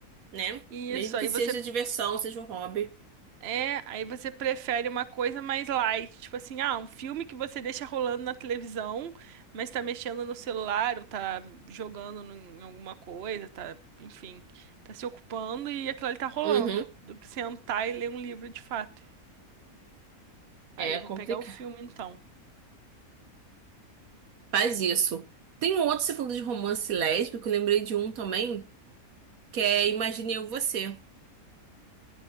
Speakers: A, on the right (about 70°); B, on the right (about 50°).
A: né?
B: Isso,
A: Mesmo que
B: aí
A: seja
B: você
A: diversão, seja um hobby.
B: é, aí você prefere uma coisa mais light, tipo assim, ah, um filme que você deixa rolando na televisão, mas tá mexendo no celular, ou tá jogando no- em alguma coisa, tá, enfim, tá se ocupando e aquilo ali tá rolando,
A: Uhum.
B: do que sentar e ler um livro de fato. Aí
A: É
B: eu vou
A: complicado.
B: pegar o filme então.
A: Faz isso. Tem um outro, você falou de romance lésbico, eu lembrei de um também, que é Imagine Eu e Você.